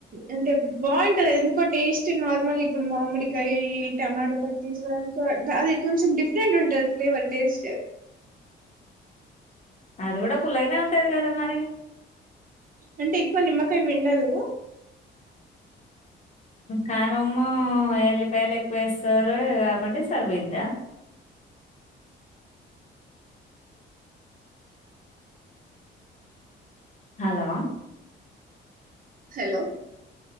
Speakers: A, on the right (about 45°); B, on the left (about 35°).
A: అంటే బాగుంటది ఎంద్ కో టేస్ట్ నార్మల్ ఇప్పుడు మామిడికాయి టమాటో కొటిం <unintelligible> కొంచెం డిఫరెంట్ ఉంటది ఫ్లేవర్ టేస్ట్
B: అది కూడా పుల్లగానే ఉంటది కదా మరి
A: అంటే ఎక్కువ నిమ్మకాయ విండదు
B: కారమ్ము ఎల్లిపాయలు ఎక్ వేస్ సారు కాబట్టి సార్ బోయిందా హలో
A: హలో